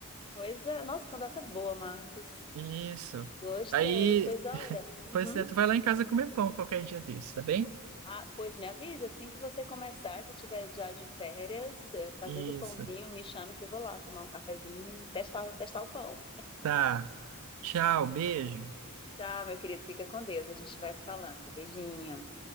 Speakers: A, on the left (about 20°); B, on the right (about 75°).
A: pois é. Nossa, conversa boa, Marcos.
B: Isso.
A: Gostei.
B: Aí,
A: Pois olha, uhum.
B: pois é, tu vai lá em casa comer pão qualquer dia desses, tá bem?
A: Ah, pois me avisa assim que você começar, que tiver já de férias, eh, fazendo
B: Isso.
A: pãozinho, me chame que eu vou lá tomar um cafezinho e testar, testar o pão.
B: Tá. Tchau, beijo.
A: Tchau, meu querido. Fica com Deus. A gente vai se falando. Beijinho.